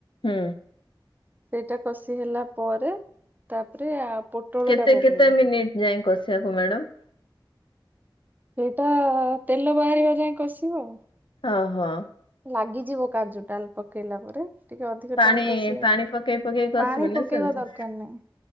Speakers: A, on the left (about 70°); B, on the right (about 20°).
A: ହୁଁ
B: ସେଇଟା କଷି ହେଲା ପରେ ତାପରେ ପୋଟଳ
A: କେତେ
B: ଟା ପକେଇବ
A: କେତେ ମିନିଟ ଯାଇଏ କସିବାକୁ ମ୍ୟାଡାମ
B: ସେଇଟା ତେଲ ବାହାରିବା ଯାଇଏ କଷିବ ଆଉ
A: ଓ ହୋ
B: ଲାଗିଯିବ କାଜୁ ଡାଲ ପକେଇଲା ପରେ ଟିକେ ଅଧିକ
A: ପାଣି
B: ଟାଇମ କଷିବ
A: ପାଣି ପକେଇ ପକେଇ କସିବୁ
B: ପାଣି
A: ନା
B: ପକେଇବା
A: ସେମତି
B: ଦରକାର ନାହିଁ